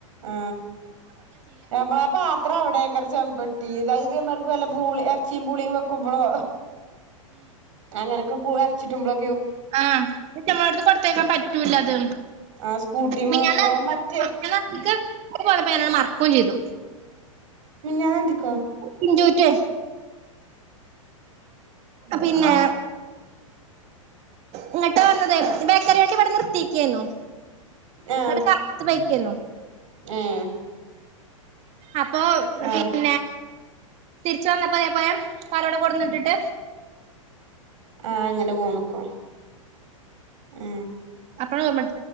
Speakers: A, on the right; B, on the right.
A: ആ നമ്മളാ പാത്രം അവിടെക്കറ ചമ്പെട്ടി ഇതാ ഇതേമാർക്ക്‌ വല്ല പൂളി എറച്ചിയും പൂളിയും വെക്കുമ്പോളോ അങ്ങനൊക്കെ കുവാ അരച്ചിറ്റ് ഇമ്പള്
B: ആഹ് ചമ്മള് കൊടുത്തേക്കാൻ പറ്റൂലാത്
A: ആ സ്കൂട്ടിമാവുമ്പോ
B: മെഞാന്ന് <unintelligible>
A: മറ്റേ
B: പോയപ്പോ ഞാന് മറക്കുവും ചെയ്തു
A: ഞാൻ അ
B: ഒ പിൻജോന് റ്റെ പിന്നെ
A: അങ്ങ
B: ഇങ്ങോട്ട് വന്നത് ബേക്കറി വണ്ടി ഇവിടെ നിർത്തിയേക്കാന്നു
A: ആഹ്
B: എടത്ത് അപ്പത്ത് പൊയ്ക്കണു
A: ഏഹ്
B: അപ്പൊ
A: ആഹ്
B: പിന്നെ തിരിച്ച് വന്നപ്പോയാ പോയേ കാറ് ഇവിടെ കൊണ്ടുവന്നിട്ടിട്ട്
A: ആ അങ്ങനെ പോന്നു <unintelligible> ആ
B: ക്വത്ഒറന്നെ